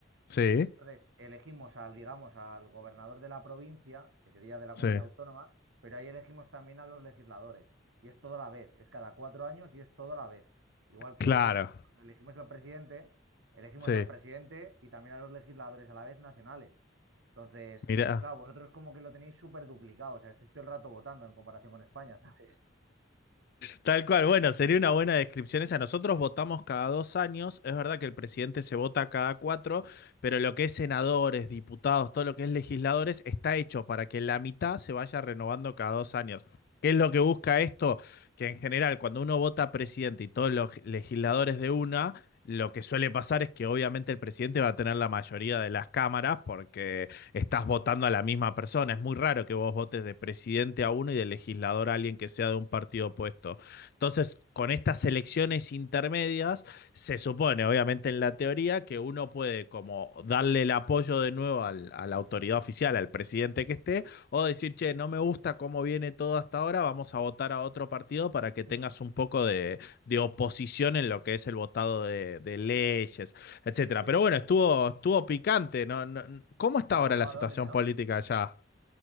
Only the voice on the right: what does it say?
Entonces, elegimos al, digamos, al gobernador de la provincia, que sería de la comunidad
autónoma, pero ahí elegimos también a los legisladores. Y es todo a la vez, es cada cuatro años y es todo a la vez. Igual que
cuando elegimos al presidente, elegimos
al presidente y también a los legisladores a la vez nacionales. Entonces,
claro, vosotros como que lo tenéis súper duplicado, o sea, estáis todo el rato votando en comparación con España, <laughs> ¿sabes?
Mm.
Sí.
Ganó
Adorni, ¿no?